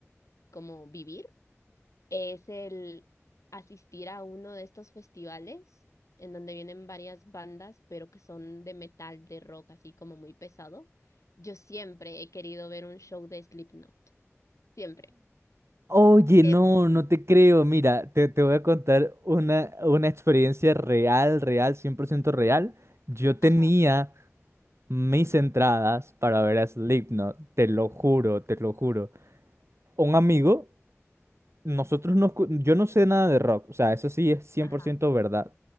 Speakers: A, on the left (about 80°); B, on the right (about 60°).
A: como vivir es el asistir a uno de estos festivales en donde vienen varias bandas, pero que son de metal, de rock, así como muy pesado. Yo siempre he querido ver un show de Slipknot, siempre.
B: Oye,
A: Em,
B: no, no te creo. Mira, te, te voy a contar una, una experiencia real, real, 100% real. Yo tenía
A: ajá,
B: mis entradas para ver a Slipknot, te lo juro, te lo juro. Un amigo Nosotros no, escu- yo no sé nada de rock, o sea, eso sí es cien
A: ajá,
B: por ciento verdad.